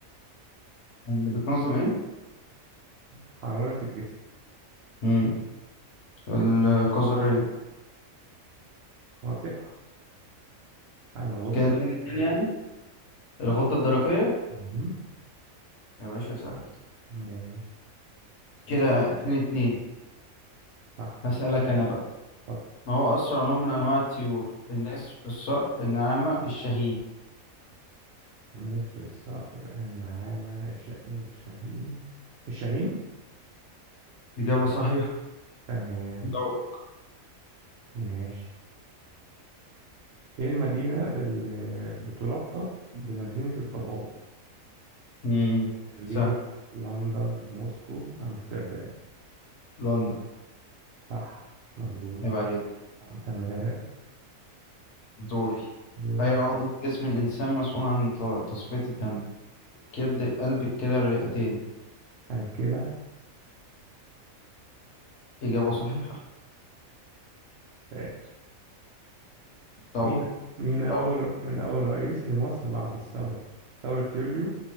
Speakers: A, on the left; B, on the right.
A: اللي بتنظم ايه؟
B: حرارة الجسم
A: مم. الكظرية
B: خاطئة الغدة
A: كده اتنين
B: الدرقية
A: اتنين يعني الغدة الدرقية
B: مهم.
A: يا باشا سهل
B: ماشي
A: كده اتنين اتنين
B: صح
A: هسألك أنا بقى
B: اتفضل
A: ما هو أسرع نوع من أنواع الطيور؟ النسر الصقر النعامة الشاهين
B: نسر الصقر النعامة الش... الشاهين الشاهين
A: إجابة صحيحة
B: تمام
A: دورة
B: ماشي ايه المدينة اللي بتلقب بمدينة الضباب
A: مم.
B: برلين
A: سهل
B: لندن موسكو امستردام
A: لندن
B: صح مظبوط
A: يبقى عليك
B: تمام
A: دوري
B: دور
A: أي عضو في جسم الإنسان مسؤول عن ت- تصفية الدم؟ كبد القلب الكلى الرئتين
B: الكلى
A: إجابة صحيحة
B: ماشي
A: دوري
B: مين مين أول
A: دوري
B: من أول رئيس لمصر بعد الثورة ثورة يوليو